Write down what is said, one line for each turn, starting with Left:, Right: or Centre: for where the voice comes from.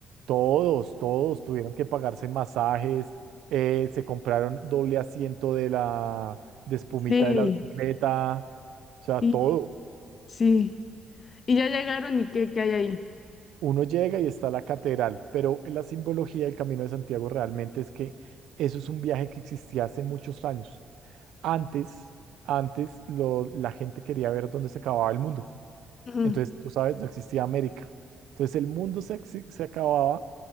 Right: Todos, todos tuvieron que pagarse masajes, eh, se compraron doble asiento de la de espumita
Left: Sí,
Right: de la bicicleta, o sea,
Left: y
Right: todo.
Left: sí. Y ya llegaron y qué, qué hay ahí.
Right: Uno llega y está la catedral, pero la simbología del Camino de Santiago realmente es que eso es un viaje que existía hace muchos años. Antes, antes lo- la gente quería ver dónde se acababa el mundo.
Left: Ujú,
Right: Entonces, tú sabes, no existía América. Entonces, el mundo se, axi- se acababa